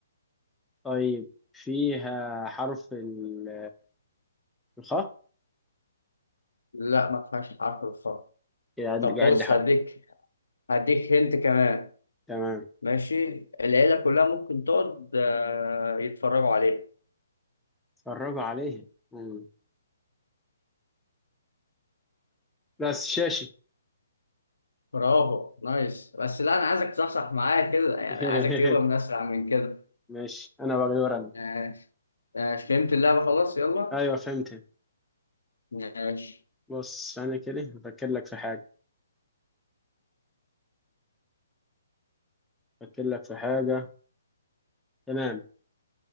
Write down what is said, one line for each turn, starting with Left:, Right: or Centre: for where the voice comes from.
Centre: طيب فيها حرف ال- الخاء
Left: لا ما فيهاش حرف الخاء
Centre: قاعد
Left: طب
Centre: قاعد
Left: بص
Centre: لي حرف
Left: هديك هديك هنت كمان
Centre: تمام
Left: ماشي العيلة كلها ممكن تقعد آه، يتفرجوا عليه
Centre: اتفرجوا عليه مم. بس شاشي
Left: برافو نايس بس لا أنا عايزك تصحصح معايا كده يعني
Centre: <laughs>
Left: عايزك تجيبها من أسرع من كده
Centre: ماشي انا بقى دور انا
Left: ماشي ماشي فهمت اللعبة خلاص يلا
Centre: ايوه فهمت
Left: ماشي
Centre: بص انا كده بفكر لك في حاجه بفكر لك في حاجه تمام